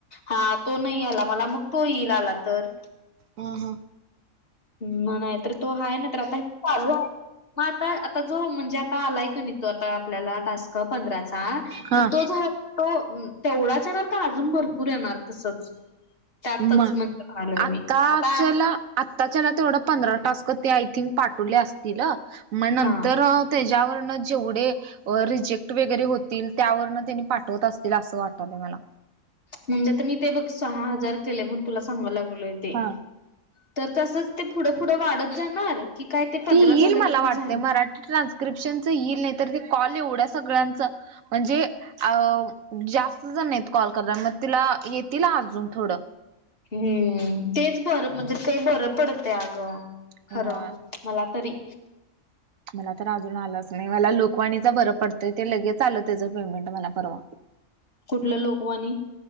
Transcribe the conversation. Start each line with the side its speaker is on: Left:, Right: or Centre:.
Left: हा तो नाही आला मला मग तो येईल आला तर
Right: ह हां.
Left: म नाही तर तो आहे, त्याला <unintelligible> मग आता, आता जो म्हणजे आता आलाय की नी तो आता आपल्याला टास्क. पंधराचा,
Right: हा
Left: मग तो झाला तो तेवढाच येणार का अजून भरपूर येणार तसच. त्यातच
Right: म,
Left: म्हणजे म्हणालोय
Right: आताच्याला.
Left: मी आता
Right: आत्ताच्याला तेवढं पंधरा टास्क ते आय थिंक पाठवले असतील हा मग नंतर.
Left: हा
Right: त्याच्यावरन जेवढे रिजेक्ट वगैरे होतील त्यावरंन त्यांनी पाठवत असतील असं वाटलंय मला
Left: म्हणजे ते मी ते बघ सहा हजार केले म्हणून तुला सांगा लागलोय ते
Right: हा
Left: तर तसंच ते पुढं पुुढं वाढत जाणार. की काय ते पंधरा
Right: ती येईल
Left: झालं
Right: मला
Left: कि मग
Right: वाटते,
Left: झालं?
Right: मराठी ट्रान्स्क्रिप्शनचं येईल नाही तर ते कॉल एवढ्या सगळ्यांच म्हणजे अ जास्त झनएत कॉल करणार मग तिला येतील अजून थोडं.
Left: हम्म, तेच बरं म्हणजे ते बरं पडते अगं
Right: अ
Left: खरं. मला तरी.
Right: मला तर अजून आलाच नाही मला लोकवाणीच बरं पडतंय ते लगेच आलं त्याचं पेमेंट मला परवा
Left: कुठलं लोकवानी